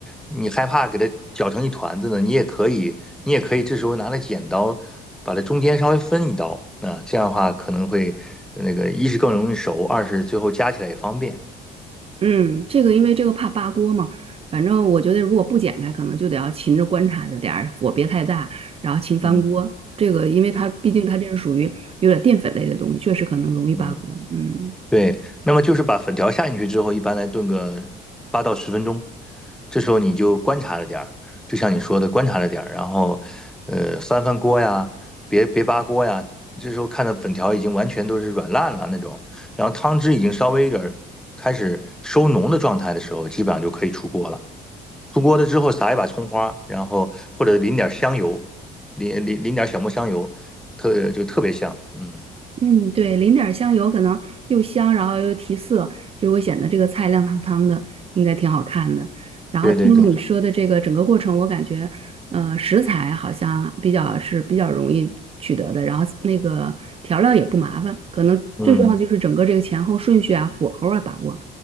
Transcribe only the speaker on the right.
嗯，这个因为这个怕扒锅嘛，反正我觉得如果不剪开，可能就得要勤着观察着点儿，火别太大，然后勤翻锅。
这个因为它毕竟它这是属于有点淀粉类的东西，确实可能容易扒锅。
嗯。
嗯，对，淋点儿香油，可能又香，然后又提色，就会显得这个菜亮堂堂的，应该挺好看的。然后听了你说的这个整个过程，
我感觉，呃，食材好像比较是比较容易取得的，然后那个调料也不麻烦，可能最重要的就是整个这个前后顺序啊、
火候啊把握。